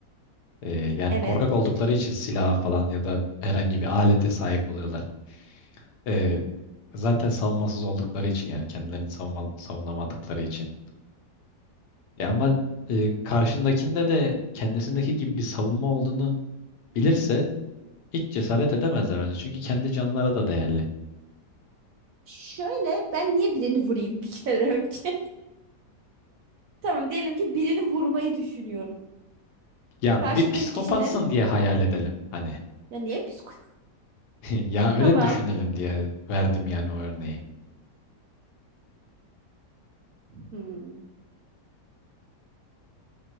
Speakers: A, on the left (about 70°); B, on the right (about 65°).
A: e, yani
B: evet.
A: korkak oldukları için silaha falan ya da herhangi bir alete sahip oluyorlar. E, zaten savunmasız oldukları için yani kendilerini savunma, savunamadıkları için. Ya ama e, karşındakinde de kendisindeki gibi bir savunma olduğunu bilirse hiç cesaret edemezler bence. Çünkü kendi canlara da değerli.
B: Şöyle ben niye birini vurayım bir kere önce? <laughs> Tamam diyelim ki birini vurmayı düşünüyorum.
A: Ya
B: Karşımdaki
A: bir psikopatsın
B: kişinin
A: diye hayal edelim hani. <laughs>
B: ya niye psikopat?
A: Ya öyle
B: Tamam.
A: düşünelim diye verdim yani o örneği.
B: Hmm,